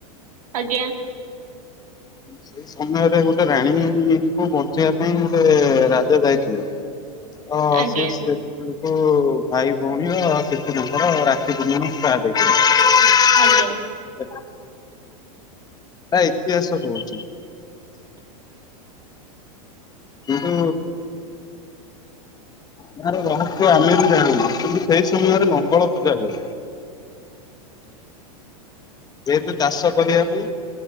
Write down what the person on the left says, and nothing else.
ସେ ସମୟରେ ଗୋଟେ ରାଣୀଙ୍କୁ ବଞ୍ଚେଇବା ପାଇଁ ଗୋଟେ ରାଜା ଯାଇଥିଲେ। ତ
ସିଏ ସେ <unintelligible> କୁ ଭାଇ ଭୋଉଣୀ ବା <unintelligible> ର ରାକ୍ଷୀ ପୂର୍ଣ୍ଣମୀ ଷ୍ଟାର୍ଟ ହେଇଚି।
ଏଟା ଇତିହାସ କୋହୁଚି। କିନ୍ତୁ ତାର ରହସ୍ୟ ଆମେ ବି ଜାଣିନୁ କିନ୍ତୁ ସେଇ ସମୟରେ ଲଙ୍ଗଳ ପୂଜା ହୁଏ। ଯେହେତୁ ଚାଷ କରିବାକୁ